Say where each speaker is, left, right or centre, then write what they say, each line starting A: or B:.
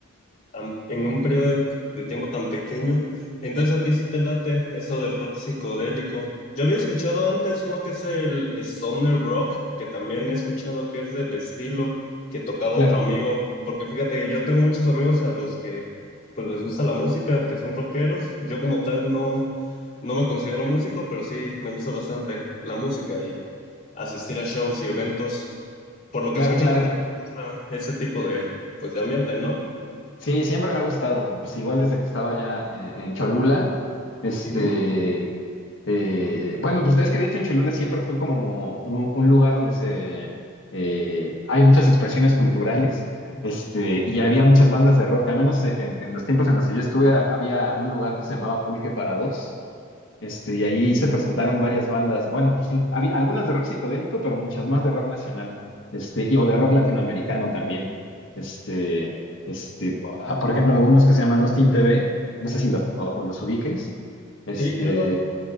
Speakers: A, on the left; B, on the left.
A: tan- en un periodo de, tiempo tan pequeño. Entonces a ti sí te late eso del rock psicodélico. Yo había escuchado antes uno que es el stoner rock, que también he escuchado que es del estilo que tocaba
B: claro,
A: otro amigo, porque fíjate que yo tengo muchos amigos a los que pues les gusta la música, que son rockeros. Yo como tal no, no me considero músico, pero sí me gusta bastante la música y asistir a shows y eventos. Por lo
B: claro,
A: que escucho
B: claro.
A: a ti también te gusta ese tipo de pues de ambiente, ¿no?
B: Sí, siempre me ha gustado. Pues igual desde que estaba allá eh, en Cholula, este,
A: Ujú.
B: eh, bueno, pues es que de hecho en Cholula siempre fue como mo- un, un lugar donde se eh, hay muchas expresiones culturales, este, y había muchas bandas de rock. Al menos en, en los tiempos en los que yo estuve había un lugar que se llamaba Pulque para dos este, y ahí se presentaron varias bandas. Bueno, pues sí, había algunas de rock psicodélico, pero muchas más de rock nacional. Este, y, o de rock latinoamericano también. Este, este, ah, por ejemplo, algunos que se llaman Austin TV, no sé si los, o, o los ubiques. Este,
A: Sí, claro,